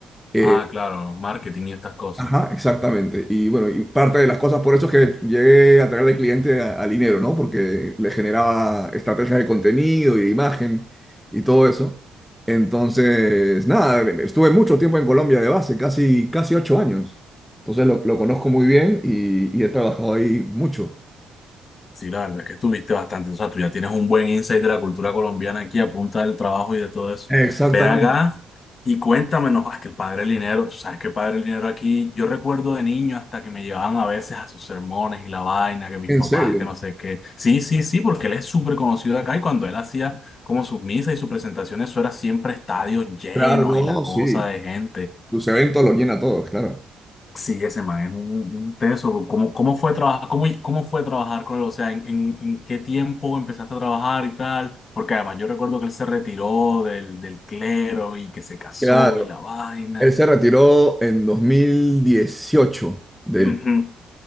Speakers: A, in the centre; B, on the left.
A: Eh,
B: Ah, claro, marketing y estas cosas.
A: Ajá, exactamente. Y bueno, y parte de las cosas por eso es que llegué a traer de cliente a, a Linero, ¿no? Porque le generaba estrategias de contenido y de imagen y todo eso. Entonces, nada, me- me- estuve mucho tiempo en Colombia de base, casi, casi ocho años. Entonces lo, lo conozco muy bien y, y he trabajado ahí mucho.
B: Sí, la verdad es que estuviste bastante, o sea, tú ya tienes un buen insight de la cultura colombiana aquí a punta del trabajo y de todo eso.
A: Exactamente,
B: Ven acá y cuéntame, no, es que el padre del dinero, tú sabes que el padre del dinero aquí, yo recuerdo de niño hasta que me llevaban a veces a sus sermones y la vaina, que mis
A: en
B: papás,
A: serio.
B: que no sé qué. Sí, sí, sí, porque él es súper conocido acá y cuando él hacía como sus misas y sus presentaciones, eso era siempre estadios llenos
A: Claro, no,
B: y la cosa
A: sí.
B: de gente.
A: Sus eventos los llena a todos, claro.
B: Sí, ese man es un, un teso. ¿Cómo, cómo fue trabajar, cómo, cómo fue trabajar con él? O sea, ¿en, en, en qué tiempo empezaste a trabajar y tal? Porque además yo recuerdo que él se retiró del, del clero y que se casó
A: Claro,
B: y la vaina.
A: él se retiró en 2018 del
B: Ujú,